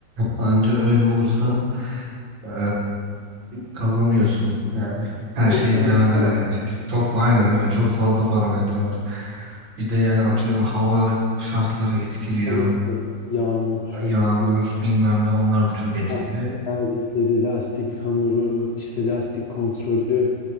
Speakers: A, on the right (about 80°); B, on the left (about 65°).
A: Anca öyle olursa eee, kazanıyorsun. Yani her şey
B: Çok parametre
A: beraber
B: var.
A: gelecek. Çok aynen öyle. Çok fazla parametre var. Bir de yani atıyorum hava şartları etkiliyor.
B: Tabii tabii. Yağmur şu
A: Yağmur
B: bu falan.
A: bilmem ne onlar da çok etkiliyor.
B: Ha, Tercihleri, lastik hamuru, işte lastik kontrolü,